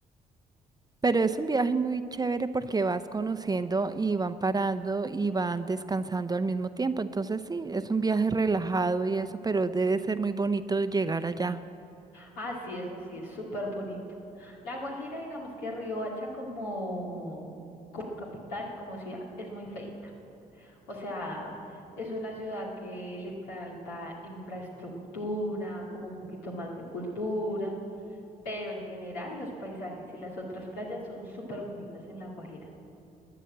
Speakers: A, on the right; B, on the left.
A: Pero es un viaje muy chévere porque vas conociendo y van parando y van descansando al mismo tiempo. Entonces sí, es un viaje relajado y eso, pero debe ser muy bonito llegar allá.
B: Ah, sí, eso sí, es súper bonito. La Guajira, digamos que Riohacha como, como capital y como ciudad es muy feita. O sea, es una ciudad que le falta infraestructura, como un poquito más de cultura, pero en general los paisajes y las otras playas son súper bonitas en La Guajira.